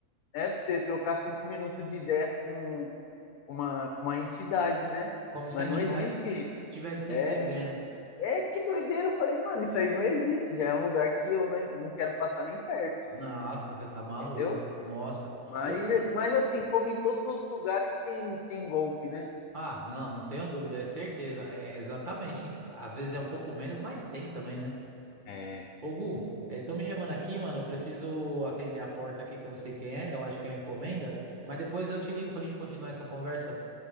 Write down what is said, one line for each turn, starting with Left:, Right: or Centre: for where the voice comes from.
Left: né? para você trocar cinco minutos de ideia com uma, com uma entidade, né?
Right: como se
Left: Mas
Right: a entidade
Left: não existe isso.
Right: estivesse
Left: É,
Right: recebendo.
Left: é que doideira. Eu falei, mano, isso aí não existe. Já é um lugar que eu nem, não quero passar nem perto,
Right: Nossa, você tá maluco.
Left: entendeu?
Right: Nossa.
Left: Mas,
Right: O Gu...
Left: é, mas assim, como em todos os lugares tem, tem golpe, né?
Right: Ah, não, não tenho dúvida, é certeza. É exatamente. Às vezes é um pouco menos, mas tem também, né?
Left: É.
Right: Ô Gu, estão me chamando aqui, mano. Eu preciso atender a porta aqui que eu não sei quem é. Eu acho que é uma encomenda. Mas depois eu te ligo pra gente continuar essa conversa.